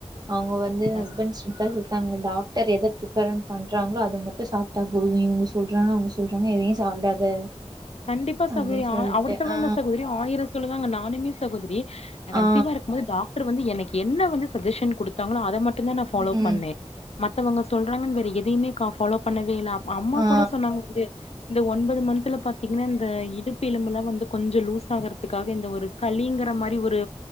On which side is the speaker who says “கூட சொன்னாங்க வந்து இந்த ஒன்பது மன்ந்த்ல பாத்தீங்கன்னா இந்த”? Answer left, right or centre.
Left